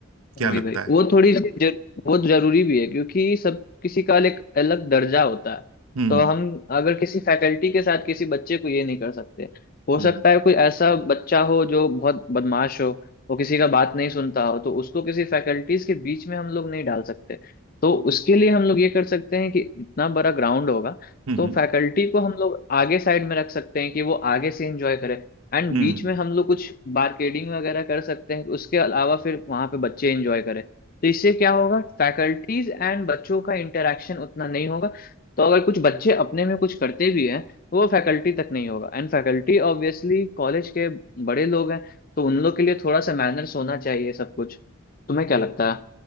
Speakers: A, on the right; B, on the left.
A: क्या
B: वही
A: लगता
B: वही
A: है
B: वो थोड़ी सी जर, वो जरूरी भी है क्योंकि सब किसी का एक अलग दर्जा होता है
A: हम्म
B: तो हम अगर किसी फैकल्टी के साथ किसी बच्चे को ये नहीं कर सकते हो
A: हम्म
B: सकता है कोई ऐसा बच्चा हो जो बहुत बदमाश हो वो किसी का बात नहीं सुनता हो तो उसको किसी फैकल्टीज के बीच में हम लोग नहीं डाल सकते तो उसके लिए हम लोग ये कर सकते हैं कि इतना बड़ा ग्राउंड होगा
A: हम्म
B: तो
A: हम्म
B: फैकल्टी को हम लोग आगे साइड में रख सकते हैं कि वो आगे से इंजॉय करे एंड
A: हम्म।
B: बीच में हम लोग कुछ बारकेडिंग वगैरह कर सकते हैं उसके अलावा फिर वहां पे बच्चे एंजॉय करें तो इससे क्या होगा फैकल्टीज एंड बच्चों का इंटरेक्शन उतना नहीं होगा तो अगर कुछ बच्चे अपने में कुछ करते भी हैं तो वो फैकल्टी तक नहीं होगा एंड फैकल्टी ऑब्वियसली कॉलेज के बड़े लोग हैं तो उन लोग के लिए थोड़ा सा मैनर्स होना चाहिए सब कुछ तुम्हें क्या लगता है